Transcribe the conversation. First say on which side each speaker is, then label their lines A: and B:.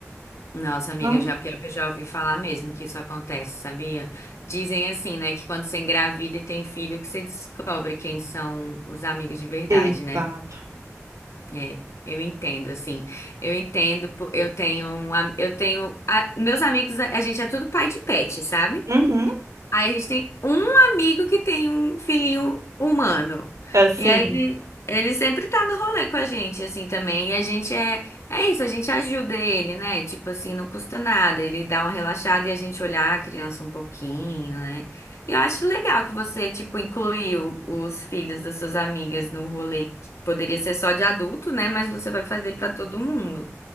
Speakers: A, on the left (about 65°); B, on the right (about 85°).
A: Nossa, amiga,
B: Ah,
A: já pior que eu já ouvi falar mesmo que isso acontece, sabia? Dizem assim, né, que quando você engravida e tem filho, que você descobre quem são os amigos de verdade,
B: Exato.
A: né? É, eu entendo, assim. Eu entendo, po- eu tenho um, am- eu tenho, a- meus amigos, a, a gente é tudo pai de pet, sabe?
B: Uhum,
A: Aí a gente tem um amigo que tem um filhinho humano.
B: assim.
A: E aí ele, ele sempre tá no rolê com a gente, assim, também. E a gente é, é isso, a gente ajuda ele, né? Tipo assim, não custa nada. Ele dá uma relaxada e a gente olhar a criança um pouquinho, né? E eu acho legal que você, tipo, incluiu os filhos das suas amigas no rolê. que Poderia ser só de adulto, né? Mas você vai fazer pra todo mundo.